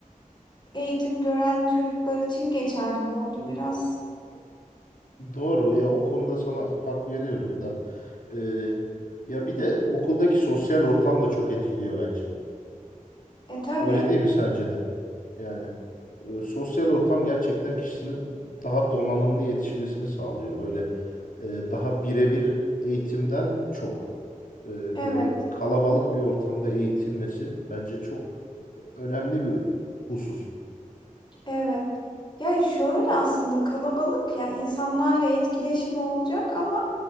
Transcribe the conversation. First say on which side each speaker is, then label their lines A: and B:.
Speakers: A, on the left (about 30°); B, on the left (about 75°).
A: eğitim gören çocuklar için geçerli oldu biraz.
B: Doğru ya o konuda sana hak veriyorum da e, ya bir de okuldaki sosyal ortam da çok etkiliyor bence.
A: E tabii.
B: Öyle değil mi sence de? Yani e, sosyal ortam gerçekten kişinin daha donanımlı yetişmesini sağlıyor. Böyle e, daha birebir eğitimden çok e,
A: Evet,
B: böyle kalabalık bir ortamda eğitilmesi bence çok önemli bir husus.
A: evet. Ya şöyle aslında kalabalık ya insanlarla etkileşimi olacak ama